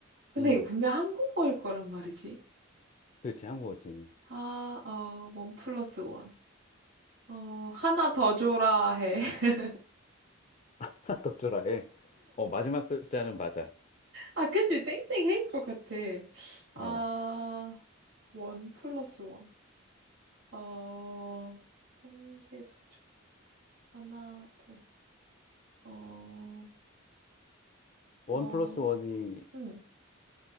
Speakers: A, on the right; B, on the left.
A: 근데
B: 음.
A: 이거 분명 한국어일 거란 말이지.
B: 그렇지, 한국어지.
A: 아, 어, 원 플러스 원. 어, 하나 더 줘라 해. <laughs>
B: <laughs> 떡주라에. 어, 마지막 글자는 맞아.
A: 아, 그치. 땡땡 해일 것 같아. 아,
B: 어,
A: 원 플러스 원. 어, 한 개 더 줘. 하나 더. 어,
B: 원
A: 어,
B: 플러스 원이
A: 응.